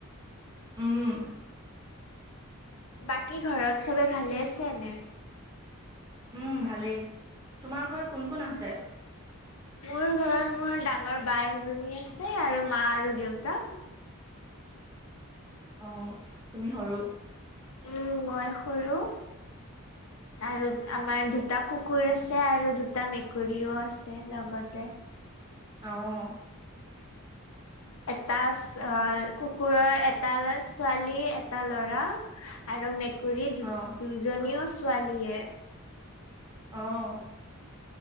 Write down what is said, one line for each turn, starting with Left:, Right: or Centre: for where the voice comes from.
Right: উম।
Left: বাকী ঘৰত চবেই ভালে আছে নে?
Right: উম, ভালেই তোমাৰ ঘৰত কোন কোন আছে?
Left: মোৰ ঘৰত মোৰ ডাঙৰ বা এজনী আছে আৰু মা আৰু দেউতা।
Right: অ', তুমি সৰু?
Left: উম, মই সৰু আৰু আমাৰ দুটা কুকুৰ আছে আৰু দুটা মেকুৰীও আছে লগতে।
Right: অহ।
Left: এটা কুকুৰৰ এটা ছোৱালী এটা ল'ৰা। আৰু মেকুৰী দু
Right: অ',
Left: দুজনীও ছোৱালীয়েই।
Right: অহ।